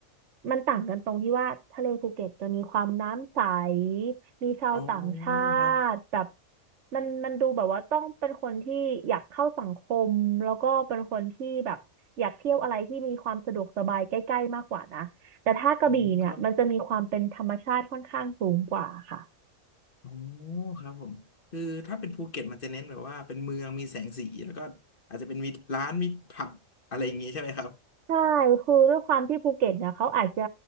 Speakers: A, on the right; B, on the left.
A: มันต่างกันตรงที่ว่าทะเลภูเก็ตจะมีความน้ำใสมีชาวต่างชา
B: อ๋อครับ
A: ติแบบมันมันดูแบบว่าต้องเป็นคนที่อยากเข้าสังคมแล้วก็เป็นคนที่แบบอยากเที่ยวอะไรที่มีความสะดวกสบายใกล้ๆมากกว่านะแต่ถ้ากระบี่เนี่ยมันจะมีความเป็นธรรมชาติค่อนข้างสูงกว่าค่ะ
B: อืมครับอ๋อครับผมคือถ้าเป็นภูเก็ตมันจะเน้นแบบว่าเป็นเมืองมีแสงสีแล้วก็อาจจะเป็นมีร้านมีผับอะไรอย่างงี้ใช่ไหมครับ
A: ใช่ คือด้วยความที่ภูเก็ตเนี่ยเขาอาจจะ